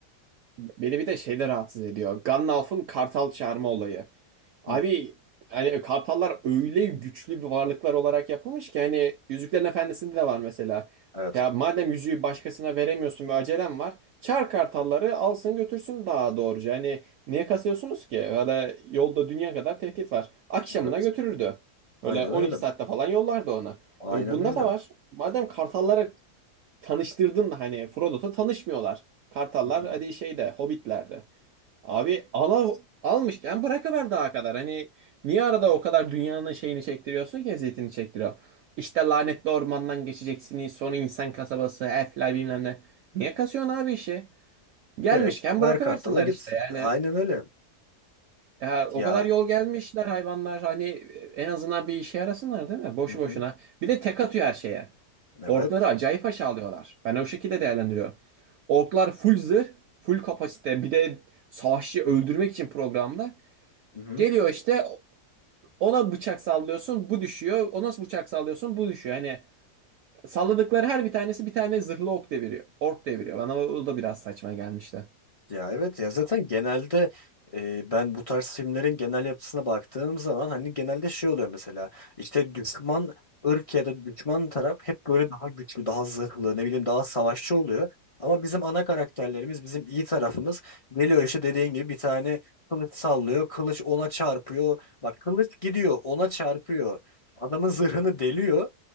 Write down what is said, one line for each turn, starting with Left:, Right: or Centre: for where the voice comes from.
Right: Beni bir de şey de rahatsız ediyor. Gandalf'ın kartal çağırma olayı. Abi
Left: Hı,
Right: hani kartallar öyle güçlü bir varlıklar olarak yapılmış ki hani Yüzüklerin Efendisi'nde de var mesela.
Left: evet.
Right: Ya madem yüzüğü başkasına veremiyorsun ve acelen var. Çağır kartalları alsın götürsün daha doğruca. Hani niye kasıyorsunuz ki? Öyle yolda dünya kadar tehdit var. Akşamına
Left: Evet.
Right: götürürdü.
Left: Aynen
Right: Böyle 12
Left: öyle.
Right: saatte falan yollardı ona.
Left: Aynen
Right: E bunda
Left: öyle.
Right: da var. Madem kartallara tanıştırdın da hani Frodo'da tanışmıyorlar. Kartallar
Left: Hı hı.
Right: hadi şeyde Hobbit'lerde. Abi ala, almışken bırakıver daha kadar. Hani niye arada o kadar dünyanın şeyini çektiriyorsun ki eziyetini çektiriyor. İşte lanetli ormandan geçeceksiniz sonra insan kasabası, elfler bilmem ne. Niye kasıyorsun abi işi? Gelmişken
Left: Direkt ver
Right: bırakıversinler
Left: kartala git.
Right: işte yani.
Left: Aynen öyle.
Right: Ya o
Left: Ya
Right: kadar yol gelmişler hayvanlar hani en azından bir işe yarasınlar değil mi? Boşu
Left: hı hı.
Right: boşuna. Bir de tek atıyor her şeye.
Left: Evet.
Right: Orkları acayip aşağılıyorlar. Ben o şekilde değerlendiriyorum. Orklar full zırh, full kapasite. Bir de savaşçı öldürmek için programda.
Left: Hı hı.
Right: Geliyor işte ona bıçak sallıyorsun bu düşüyor. Ona bıçak sallıyorsun bu düşüyor. Hani salladıkları her bir tanesi bir tane zırhlı ok deviriyor. Ork deviriyor. Bana o da biraz saçma gelmişti.
Left: Ya evet ya zaten genelde e, ben bu tarz filmlerin genel yapısına baktığım zaman hani genelde şey oluyor mesela işte düşman ırk ya da düşman taraf hep böyle daha güçlü, daha zırhlı, ne bileyim daha savaşçı oluyor. Ama bizim ana karakterlerimiz, bizim iyi tarafımız geliyor işte dediğin gibi bir tane kılıç sallıyor, kılıç ona çarpıyor. Bak kılıç gidiyor, ona çarpıyor. Adamın zırhını deliyor